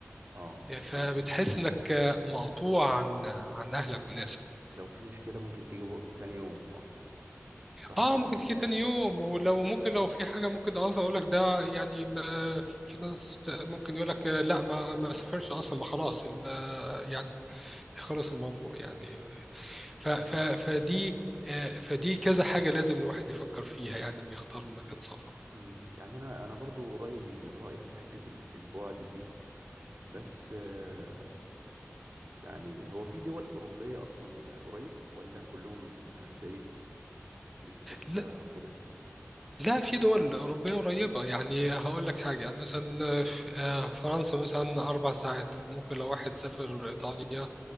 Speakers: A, on the right; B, in the centre.
A: اه
B: فبتحس
A: ال-
B: إنك مقطوع عن عن أهلك وناسك
A: لو في مشكلة ممكن تيجي بق- تاني يوم أصلا صح
B: اه
A: كده
B: ممكن تيجي تاني يوم ولو ممكن لو في حاجة ممكن اه اقول لك ده يعني ما- في ناس ممكن يقول لك لا ما ما سافرش اصلا ما خلاص ال- يعني خلص الموضوع يعني ف ف
A: مم.
B: فدي آه، فدي كذا حاجة لازم الواحد يفكر فيها يعني لما يختار مكان سفر
A: مم. يعني أنا أنا برضو رأيي من رأيك في حتة ال- البعد دي بس آه، يعني هو في دول أوروبية أصلا قريب ولا كلهم آه، بعيد أنت سافرتها
B: لا
A: أو كده
B: لا في دول أوروبية قريبة يعني هقول لك حاجة مثلا آه، فرنسا مثلا أربع ساعات ممكن لو واحد سافر إيطاليا